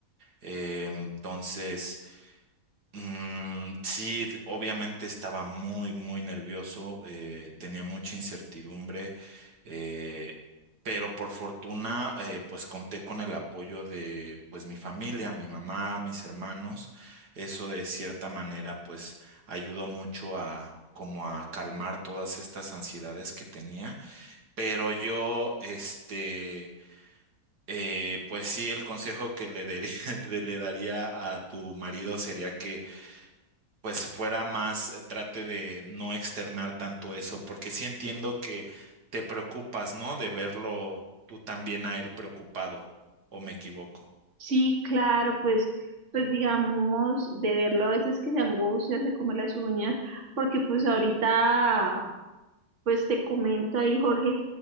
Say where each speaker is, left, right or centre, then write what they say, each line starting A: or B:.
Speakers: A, on the right; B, on the right.
A: Eh, entonces... Mm, sí, d- obviamente estaba muy, muy nervioso, eh, tenía mucha incertidumbre, eh, pero por fortuna, eh, pues conté con el apoyo de, pues mi familia, mi mamá, mis hermanos. Eso de cierta manera, pues ayudó mucho a, como a calmar todas estas ansiedades que tenía. Pero yo, este, eh, pues sí, el consejo que le daría, <laughs> le daría a tu marido sería que pues fuera más, eh, trate de no externar tanto eso, porque sí entiendo que te preocupas, ¿no? De verlo tú también a él preocupado, o me equivoco.
B: Sí, claro, pues, pues digamos, de verlo a veces que se angustia, se come las uñas, porque pues ahorita Pues te comento ahí, Jorge,